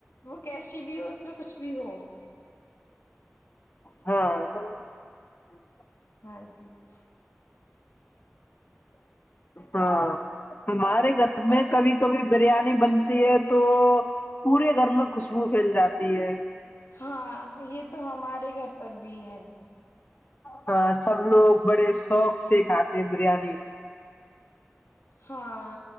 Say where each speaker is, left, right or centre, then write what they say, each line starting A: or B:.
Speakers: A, on the left (about 75°); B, on the left (about 40°).
A: وہ کیشی بھی ہو اس میں کچھ بھی ہو
B: ہاں <unintelligible>
A: ہاں جی <unintelligible>
B: ہاں <unintelligible> ہمارے گھر
A: او-
B: میں کبھی کبھی بریانی بنتی ہے تو پورے گھر میں خوشبو پھیل جاتی ہے <unintelligible>
A: ہاں یہ تو ہمارے گھر پر بھی ہے
B: ہ سب لوگ بڑے سوق سے کھاتے ہیں بریانی
A: ہاں